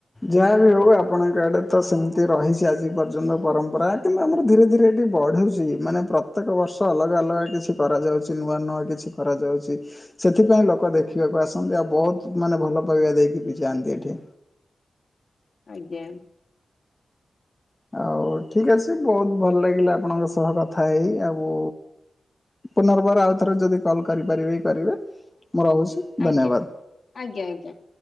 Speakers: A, on the left; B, on the left.
A: ଯାହା ବିି ହେଉ ଆପଣଙ୍କ ଆଡ଼େ ତ ସେମିତି ରହିଛି ଆଜି ପର୍ଯ୍ୟନ୍ତ ପରମ୍ପରା। କିନ୍ତୁ ଆମର ଧୀରେ ଧୀରେ ଏଠି ବଢ଼ୁଛି ମାନେ ପ୍ରତ୍ୟେକ ବର୍ଷ ଅଲଗା ଅଲଗା କିଛି କରାଯାଉଛି ନୂଆ ନୂଆ କିଛି। କରାଯାଉଚି, ସେଥିପାଇଁ ଲୋକ ଦେଖିବାକୁ ଆସନ୍ତି। ଆଉ ବହୁତ ମାନେ ଭଲ ପାଇବା ଦେଇକି ବି ଯାଆନ୍ତି ଏଠି। ଠି।
B: ଆଜ୍ଞା।
A: ଆଉ ଠିକ ଅଛି ବହୁତ ଭଲ ଲାଗିଲା ଆପଣଙ୍କ ସହ କଥା ହେଇ। ଆଉ ପୁନର୍ବାର ଆଉଥରେ ଯଦି କଲ୍ କରିପାରିବେ କରିବେ ମୁଁ ରହୁଛି।
B: ଆଜ୍ଞା,
A: ଧନ୍ୟବାଦ।
B: ଆଜ୍ଞା, ଆଜ୍ଞା।